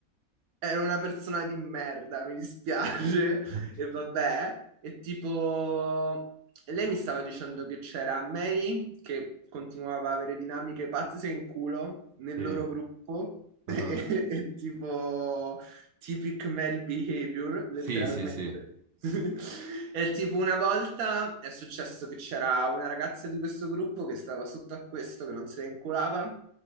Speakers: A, on the right; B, on the right.
A: Era una persona di merda, mi dispiace,
B: <laughs>
A: <laughs> e vabbè. E tipo, e lei mi stava dicendo che c'era Mary che continuava a avere dinamiche pazze in culo nel
B: Sì.
A: loro gruppo, <laughs> e,
B: ah.
A: e tipo, typic Mary behavior, letteralmente.
B: Sì, sì, sì.
A: <laughs> E tipo una volta è successo che c'era una ragazza di questo gruppo che stava sotto a questo, che non se ne inculava.